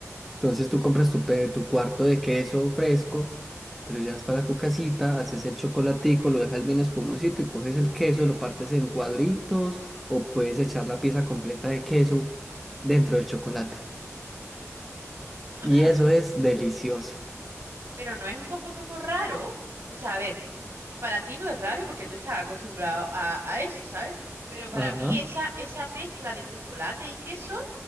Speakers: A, in the centre; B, on the right.
A: Entonces tú compras tu, pe- tu cuarto de queso fresco, te lo llevas para tu casita, haces el chocolatico, lo dejas bien espumosito y coges el queso, lo partes en cuadritos o puedes echar la pieza completa de queso dentro del chocolate.
B: <clears throat>
A: Y eso es delicioso.
B: Pero no es un poco como raro. O sea, a ver, para ti no es raro porque tú estás acostumbrado a, a eso, ¿sabes? Pero para
A: Ajá.
B: mí esa, esa mezcla de chocolate y queso